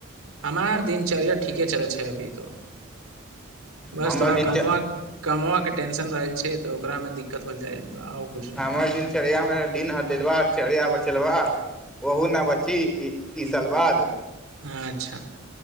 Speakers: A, on the right; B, in the centre.
A: हमार दिनचर्या ठीके चलै छै अभी तो बस
B: हमर
A: थोड़ा
B: दिनच
A: कमआ कमआके टेंशन रहै छै तऽ ओकरामे दिक्कत हो जाइ आओ किछु
B: हमर
A: ने
B: दिनचर्या में दिन हरदिलबा चर्या बचलबा ओहू ने बच्ची ई ईशलवाद
A: अच्छा